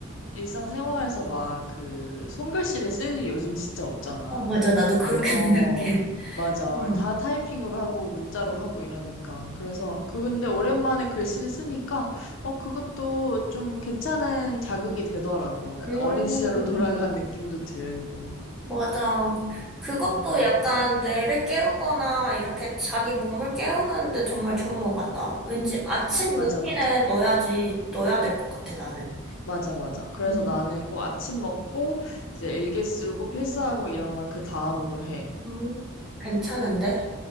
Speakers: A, on the left; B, in the centre.
A: 일상생활에서 막 그 손글씨를 쓸 일이 요즘 진짜 없잖아.
B: 어, 맞아. 나도
A: 근데
B: 그렇게
A: 어
B: <laughs> 생각해.
A: 맞아
B: 응.
A: 다 타이핑으로 하고 문자로 하고 이러니까 그래서 그 근데 오랜만에 글씨를 쓰니까 어 그것도 좀 괜찮은 자극이 되더라고. 약간
B: 음,
A: 어린 시절로 <laughs> 돌아간 느낌도 들고.
B: 맞아. 그것도
A: 음, 음.
B: 약간 뇌를 깨우거나 이렇게 자기 몸을 깨우는데 정말 좋은 것 같다. 왠지 아침
A: 맞아,
B: 루틴에
A: 맞아.
B: 넣어야지, 넣어야 될 것 같아, 나는.
A: 맞아, 맞아. 그래서
B: 음.
A: 나는 꼭 아침 먹고, 이제 일기 쓰고, 필사하고 이런 걸 그 다음으로 해.
B: 음, 괜찮은데?